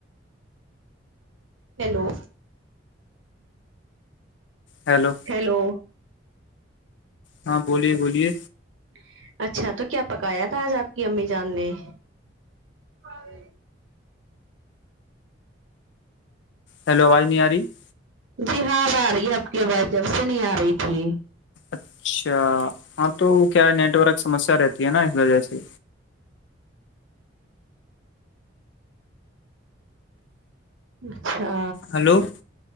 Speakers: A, on the right; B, on the left.
A: ہیلو
B: ہیلو
A: ہیلو
B: ہاں بولیے بولیے
A: ج <inaudible> اچھا تو کیا پکایا تھا آج آپ کی امی جان نے اور <inaudible>
B: ہیلو وانییاری <unintelligible>
A: جی ہاں آ رہی ہے آپ کی آواز جب سے نہیں آ رہی تھی
B: اچھا ہاں تو کیا نیٹ ورک سمسیا رہتی ہے نا اس وجہ سے
A: اچھا
B: ہلو